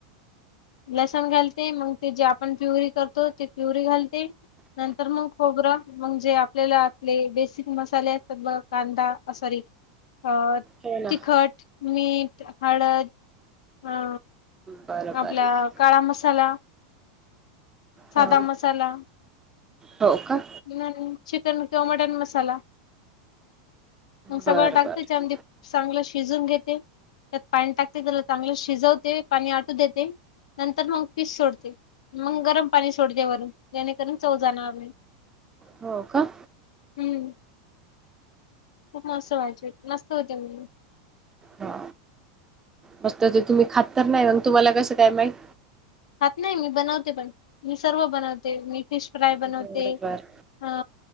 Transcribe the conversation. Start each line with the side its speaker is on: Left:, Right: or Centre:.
Left: लसण घालते मग ते जे आपण प्युरी करतो ते प्युरी घालते. नंतर मग खोबरं मगजे आपल्याला आपले बेसिक मसाले असतात बगा कांदा अ सॉरी अ
Right: हो ना
Left: तिखट, मीठ, हळद अ
Right: बरं बरं
Left: आपला काळा मसाला सादा
Right: हा
Left: मसाला
Right: हो का?
Left: <unintelligible> ह चिकन किंवा मटन मसाला. मग सगळं
Right: बरं
Left: टाकते
Right: बरं
Left: त्याच्यामध्ये चांगलं शिजून घेते. त्यात पाणी टाकते त्याला चांगलं शिजवते पाणी आटू देते. नंतर मग पीस सोडते मग गरम पाणी सोडते वरून जेणेकरून चव जाणार नाही.
Right: हो का?
Left: हम्म खूप मस्त व्हायची मस्त होते म्हणून
Right: ह मस्त ते तुम्ही खात तर नाही मग तुम्हाला कसं काय माहित?
Left: खात नाही मी बनवते पण मी सर्व बनवते मी फिश फ्राय बनवते
Right: बरोबर
Left: हा.